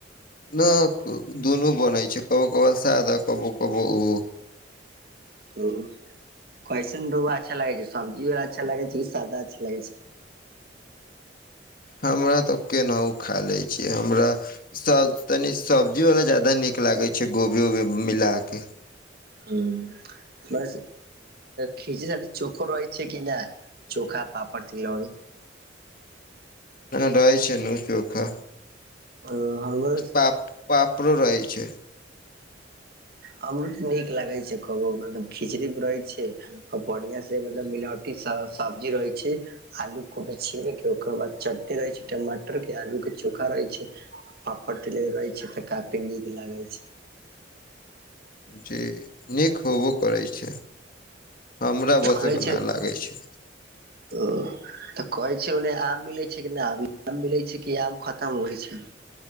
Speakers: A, on the left; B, on the right.
A: न दुनू बनै छै कबो कबो सादा कबो कबो उ
B: ह कैसन रोब अच्छा लागै छै सब्जी वला अच्छा लगे छै कि सादा अच्छा लगे छै
A: हमरा तऽ केनाउ खा लै छी हमरा सब तनी सब्जी वाला ज्यादा नीक लागे छै गोभी वोभी मिला के
B: ह म खीचड़ी साथे चोखो रहै छै कि नहि चोखा पापड़ तिलौरी
A: रहै छै नू चोखा
B: ओ हमरो
A: पाप पापरो रहै छै
B: हमरो तऽ नीक लागे छै कबो मतलब खिचड़ी मे रहै छै बढ़िआ से मतलब मिलावटी सब्जी रहै छै आलू कोभी छिमी के ओकर बाद चट्टी रहै छै टमाटर के आलू के चोखा रहै छै पापड़ तिलौरी रहै छै तऽ काफी नीक लागे छै
A: जी नीक होबो करैत छै हमरा बस
B: कहै
A: एगो
B: छै
A: नहि लागै छै
B: ओ तऽ कहै छै ओन्ने आम मिलै छै कि नहि अभी आम मिलै छै कि आम खत्म होय छै